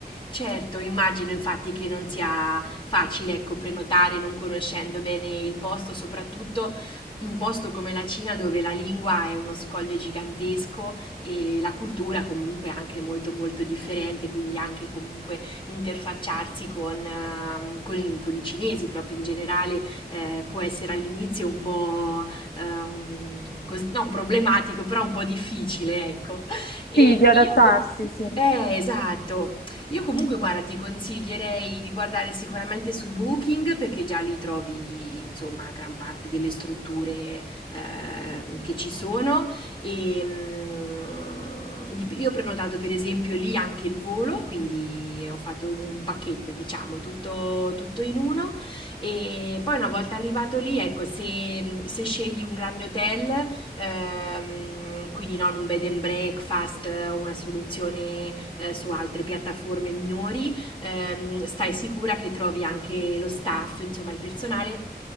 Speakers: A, on the left; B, on the left.
A: Certo, immagino infatti che non sia facile, ecco, prenotare non conoscendo bene il posto, soprattutto un posto come la Cina dove la lingua è uno scoglio gigantesco e la cultura comunque anche molto molto differente, quindi anche comunque interfacciarsi con, ehm, con i, con i cinesi proprio in generale eh, può essere all'inizio un po' eh, un, cos- non problematico, però un po' difficile, ecco. E
B: Sì,
A: io
B: di adattarsi,
A: com-
B: sì.
A: eh, esatto. Io comunque, guarda, ti consiglierei di guardare sicuramente su Booking perché già lì trovi, insomma, gran parte delle strutture ehm, che ci sono. E, mm, di- io ho prenotato per esempio lì anche il volo, quindi ho fatto un pacchetto, diciamo, tutto, tutto in uno. E poi una volta arrivato lì, ecco, se, se scegli un grande hotel, ehm, quindi non un bed and breakfast eh, o una soluzione eh, su altre piattaforme minori, ehm, stai sicura che trovi anche lo staff, insomma il personale